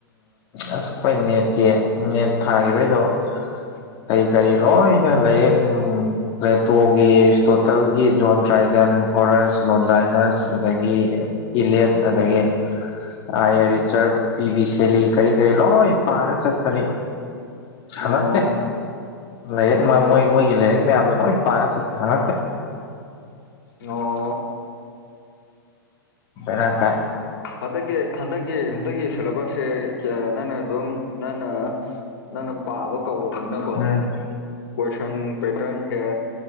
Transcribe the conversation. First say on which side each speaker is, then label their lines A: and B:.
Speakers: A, on the left; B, on the left.
A: ꯑꯁ ꯑꯩꯈꯣꯏ ꯅꯦꯠꯀꯤ ꯅꯦꯠ ꯊꯥꯈꯤꯕꯩꯗꯣ
B: <inaudible>
A: ꯀ ꯀꯔꯤ ꯂꯣꯏꯅ ꯂꯔꯛ ꯂꯦꯇꯣꯒꯤ ꯇꯒꯤ ꯖꯣꯟ ꯗ꯭ꯔꯥꯏꯗꯟ ꯍꯣꯔꯁ ꯂꯣꯟꯖꯥꯏꯅꯁ ꯑꯗꯒꯤ ꯏꯂꯦꯠ ꯑꯗꯒꯤ ꯑ ꯔꯤꯆꯔꯠ ꯄꯤ ꯚꯕꯤ ꯁꯦꯂꯤ ꯀꯔꯤ ꯀꯔꯤ ꯂꯣꯏ ꯄꯥꯔ ꯆꯠꯄꯅꯤ ꯍꯪꯉꯛꯇꯦ
B: ꯑꯣ
A: ꯂꯥꯏꯔꯤꯛ
B: ꯑꯣ
A: ꯃꯣꯏ ꯃꯣꯏꯒꯤ ꯂꯥꯏꯔꯤꯛ ꯃꯌꯥꯝꯗꯣ ꯂꯣꯏ ꯄꯥꯅ ꯆꯠꯇ ꯍꯪꯉꯛꯇꯦ
B: ꯑꯣ
A: ꯔꯀꯥꯏ
B: ꯍꯟꯗꯛꯀꯤ ꯍꯟꯗꯛꯀꯤ ꯍꯟꯗꯛꯀꯤ ꯁꯦꯂꯦꯕꯁꯁꯦ ꯅꯪꯅ ꯑꯗꯨꯝ ꯅꯪꯅ ꯅꯪꯅ ꯄꯥꯕ ꯀꯧꯔꯕꯅꯤ ꯅꯪ
A: ꯎꯝ
B: ꯀ꯭ꯋꯦꯁꯟ ꯄꯦꯇꯔꯟꯦ